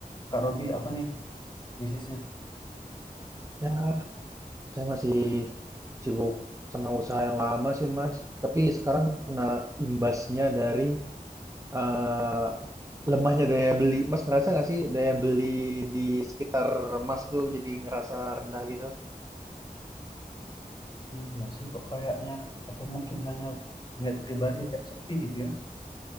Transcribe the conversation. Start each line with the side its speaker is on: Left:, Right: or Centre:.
Left: Kak Robi apa nih bisnisnya?
Right: Ya, saya masih sibuk sama usaha yang lama sih, Mas. Tapi sekarang kena imbasnya dari, eee, lemahnya daya beli. Mas ngerasa nggak sih daya beli di sekitar Mas itu jadi ngerasa rendah gitu?
Left: Iya sih kok kayaknya atau mungkin hanya ngeliat pribadi kayak sepi gitu ya